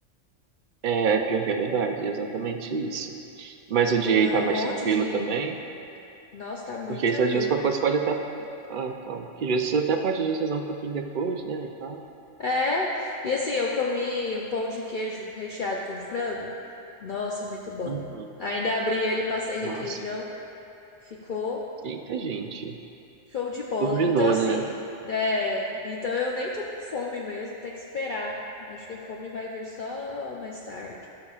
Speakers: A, on the right (about 60°); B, on the left (about 55°).
A: É, pior que é verdade. É exatamente isso. Mas
B: Eu
A: o
B: comi
A: dia aí
B: um
A: tá
B: monte
A: mais tranquilo
B: de.
A: também,
B: Nossa, tá muito
A: porque
B: tranquilo.
A: isso às vezes qualquer coisa pode até. Ah, então. Que às vezes você até pode fazer um pouquinho depois, né? E tal.
B: É, e assim, eu comi um pão de queijo recheado com frango. Nossa, muito bom.
A: Uhum.
B: Ainda abri ele, passei requeijão.
A: Nossa.
B: Ficou.
A: Eita, gente.
B: Show de bola.
A: Turbinou,
B: Então, assim,
A: né?
B: é, então eu nem tô com fome mesmo, tem que esperar. Acho que a fome vai vir só mais tarde.